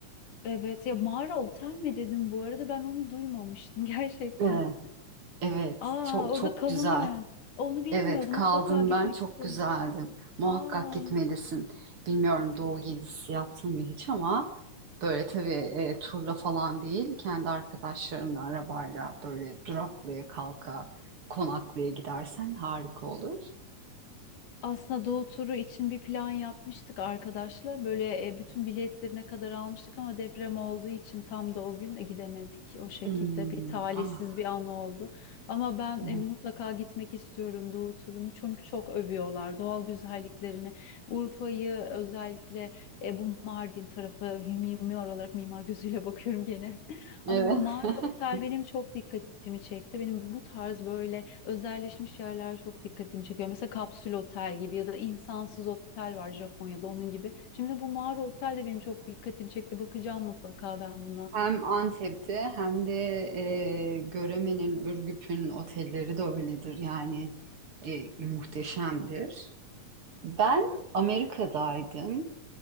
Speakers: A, on the left (about 75°); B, on the right (about 50°).
A: Evet ya mağara otel mi dedim bu arada ben onu duymamıştım <laughs> gerçekten.
B: Evet, evet,
A: Aa
B: çok
A: orada
B: çok
A: kalınıyor
B: güzel.
A: yani. Onu bilmiyordum
B: Evet kaldım
A: mutlaka gitmek
B: ben çok
A: isterim.
B: güzeldi Muhakkak
A: Aa.
B: gitmelisin. Bilmiyorum Doğu gezisi yaptın mı hiç ama böyle tabii e, turla falan değil kendi arkadaşlarınla arabayla böyle duraklaya kalka konaklaya gidersen harika olur.
A: Aslında Doğu turu için bir plan yapmıştık arkadaşla. Böyle e, bütün biletlerine kadar almıştık ama deprem olduğu için tam da o gün e, gidemedik. O şekilde
B: Hmm,
A: bir talihsiz
B: ah
A: bir an oldu. Ama ben
B: evet.
A: e, mutlaka gitmek istiyorum Doğu turunu çünkü çok övüyorlar doğal güzelliklerini. Urfa'yı özellikle e, bu Mardin tarafı mimar olarak mimar gözüyle bakıyorum gene. <laughs>
B: Evet.
A: Ama bu mağara
B: <laughs>
A: otel benim çok dikkatimi çekti. Benim bu tarz böyle özelleşmiş yerler çok dikkatimi çekiyor. Mesela kapsül otel gibi ya da insansız otel var Japonya'da onun gibi. Şimdi bu mağara otel de benim çok dikkatimi çekti. Bakacağım mutlaka ben buna.
B: Hem Antep'te hem de e, Göreme'nin, Ürgüp'ün otelleri de öyledir. Yani e, muhteşemdir. Ben Amerika'daydım